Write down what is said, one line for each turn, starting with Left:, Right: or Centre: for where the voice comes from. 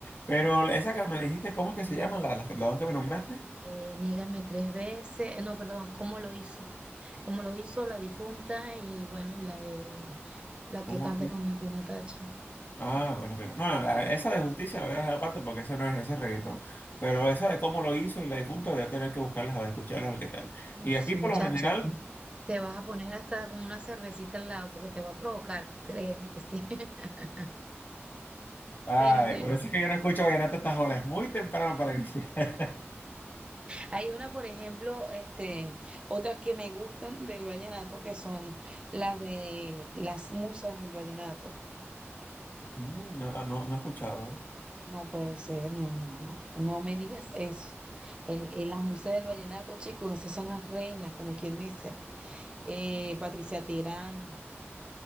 Left: Pero esa que me dijiste, ¿cómo es que se llama? La- la- las dos que me nombraste,
Right: Eh, niégame tres veces, eh, no, perdón, cómo lo hizo, cómo lo hizo la difunta y bueno, y la de la
Left: ¿cómo?
Right: que canta con Natina Tacha.
Left: Ah, bueno, pero no, no, no, la- esa de justicia la voy a dejar aparte porque eso no es ese reggaetón. Pero esa de cómo lo hizo y la difunta voy a tener que buscarlas, a escucharlas, a ver qué tal.
Right: Uf,
Left: Y aquí
Right: muchachos
Left: por lo general,
Right: tú te vas a poner hasta con una cervecita al lado porque te va a provocar, créeme que sí. <laughs>
Left: ay,
Right: Pero bueno,
Left: por eso es que yo no escucho vallenato a estas horas, es muy temprano para iniciar. <laughs>
Right: hay una, por ejemplo, este, otras que me gustan del vallenato, que son las de las musas del vallenato.
Left: Mm, no, ah, no, no he escuchado.
Right: No puede ser, no, no, no. No me digas eso. El, el- las musas del vallenato, chicos, esas son las reinas, como quien dice. Eh, Patricia Tirán,